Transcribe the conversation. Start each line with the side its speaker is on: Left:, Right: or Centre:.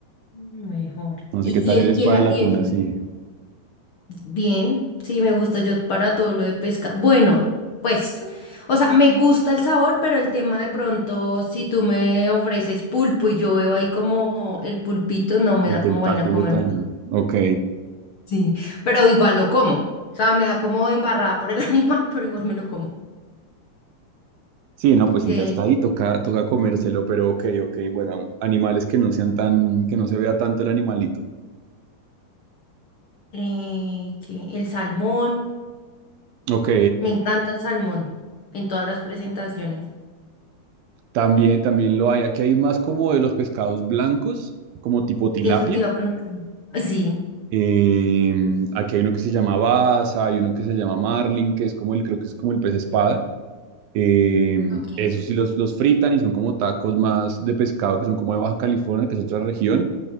Left: Mejor.
Right: No sé
Left: Y,
Right: qué tal
Left: y el,
Right: eres
Left: y
Right: para
Left: el,
Right: el atún
Left: y el-
Right: así,
Left: Bien, sí, me gusta yo para todo lo de pesca. Bueno, pues, o sea, me gusta el sabor, pero el tema de pronto, si tú me ofreces pulpo y yo veo ahí como el pulpito, no me
Right: el
Left: da
Right: tentáculo
Left: como vaina comérmelo.
Right: tan... Ok.
Left: Sí, pero igual lo como. O sea, me da como embarrada por el <laughs> animal, pero igual me lo como.
Right: Sí, no, pues
Left: que
Right: si ya está ahí, toca, toca comérselo, pero ok, ok. Bueno, animales que no sean tan, que no se vea tanto el animalito.
Left: eh, ¿qué? El salmón,
Right: Ok.
Left: me encanta el salmón en todas las presentaciones.
Right: También, también lo hay. Aquí hay más como de los pescados blancos, como tipo tilapia.
Left: Eso te iba a preguntar. Sí.
Right: Eh, aquí hay uno que se llama Baza, hay uno que se llama Marlin, que es como el, creo que es como el pez espada. Eh,
Left: Ok.
Right: esos sí los, los fritan y son como tacos más de pescado, que son como de Baja California, que es otra región.